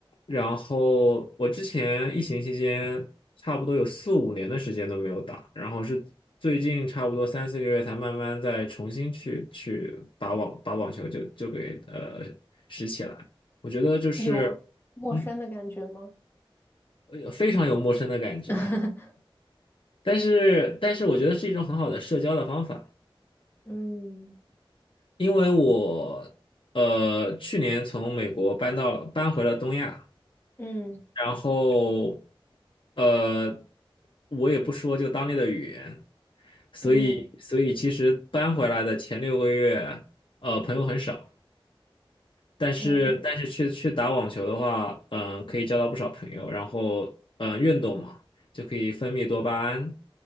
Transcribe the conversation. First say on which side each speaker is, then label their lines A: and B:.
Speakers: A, on the left (about 65°); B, on the left (about 25°).
A: 然后我之前疫情期间差不多有四五年的时间都没有打，然后是最近差不多三四个月才慢慢再重新去去打网打网球就就给呃拾起来。我觉得就是
B: 有陌生的感觉吗？
A: 嗯呃非常有陌生的感觉，
B: <laughs>
A: 但是但是我觉得是一种很好的社交的方法，
B: 嗯
A: 因为我呃去年从美国搬到搬回了东亚。
B: 嗯
A: 然后呃，我也不说就当地的语言，所以所以其实搬回来的前六个月，
B: 嗯
A: 呃，朋友很少，但是但是去去打网球的话，
B: 嗯，
A: 嗯、可以交到不少朋友，然后嗯、呃运动嘛，就可以分泌多巴胺，